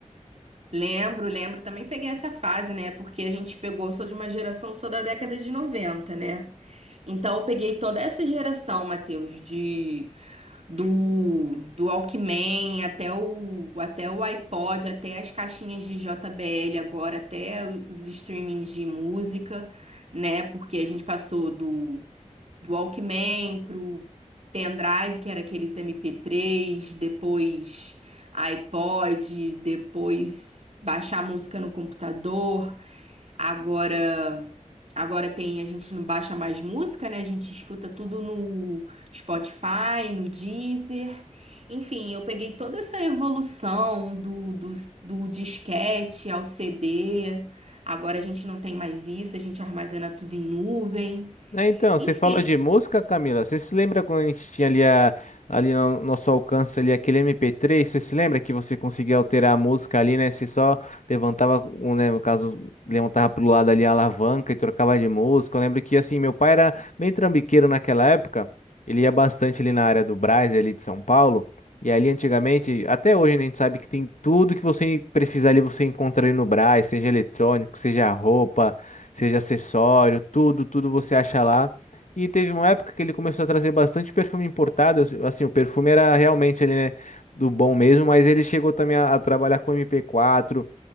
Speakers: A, on the right; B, on the left.
A: <laughs> Lembro, lembro. Também peguei essa fase, né? Porque a gente pegou, sou de uma geração, sou da década de noventa né? Então eu peguei toda essa geração, Matheus, de do, do Walkman até o até o iPod, até as caixinhas de JBL agora, até os streamings de música, né? Porque a gente passou do do Walkman pro pendrive, que era aqueles MP3, depois iPod, depois baixar a música no computador. Agora, agora tem, a gente não baixa mais música, né? A gente escuta tudo no Spotify, no Deezer. Enfim, eu peguei toda essa evolução do, do, do disquete ao CD. Agora a gente não tem mais isso, a gente armazena tudo em nuvem.
B: É, então,
A: Enfim,
B: você falou de música, Camila. Você se lembra quando a gente tinha ali, a, ali no nosso alcance ali aquele MP3? Você se lembra que você conseguia alterar a música ali, né? Você só levantava, um, né, no caso, levantava pro lado ali a alavanca e trocava de música. Eu lembro que, assim, meu pai era meio trambiqueiro naquela época. Ele ia bastante ali na área do Brás, ali de São Paulo. E ali antigamente, até hoje, né, a gente sabe que tem tudo que você precisar ali, você encontra ali no Brás, seja eletrônico, seja roupa seja acessório, tudo, tudo você acha lá. E teve uma época que ele começou a trazer bastante perfume importado. eu- Assim, o perfume era realmente ali, né, do bom mesmo, mas ele chegou também a, a trabalhar com MP4,